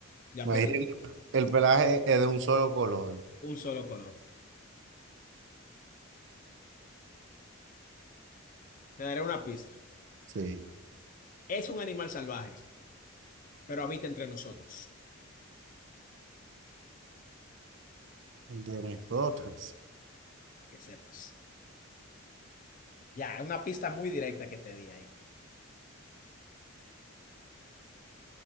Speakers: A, on the left (about 40°); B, on the right (about 55°).
A: Ya
B: Imagínate
A: perdí.
B: que el pelaje es de un solo color.
A: Un solo color. Te daré una pista.
B: Sí.
A: Es un animal salvaje, pero habita entre nosotros,
B: De nosotros.
A: para que sepas. Ya, es una pista muy directa que te di ahí.